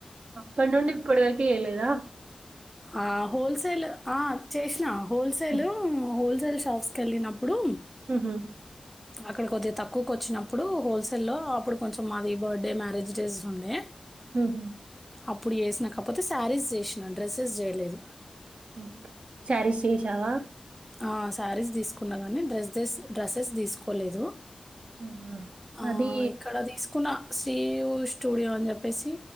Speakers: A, on the right (about 80°); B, in the centre.
A: అప్పడ నుండి ఇప్పుటి వరక ఎలేదా
B: ఆ హోల్సేల్ ఆ చేసిన హోల్సేల్
A: హ్మ్.
B: హోల్స తెల్స్ హౌస్కి వెళ్ళినప్ అప్పుడు
A: హుహు.
B: అక్కడ కొద్దిగా తక్కువకు వచ్చినప్పుడు, హోల్సేల్లో అప్పుడు కొంచెం మాది, బర్డే మ్యారేజ్ డేస్ ఉండే
A: ఉహ్మ్
B: అప్పుడు వేసిన కాక్పోతే శారీస్ చేసిన డ్రెస్ సక్సెస్ చేయలేదు
A: హ్మ్ శారిస్ చేేషావా
B: ఆ శారీస్ తీసుకున్నా కానీ డ్రెస్దె డ్రెస్సెస్ తీసుకోలేదు.
A: ఆహా!
B: ఆ
A: అది
B: ఇక్కడ దీస్ కున్న శ్రీయు స్టూడియో అని చెప్పేసి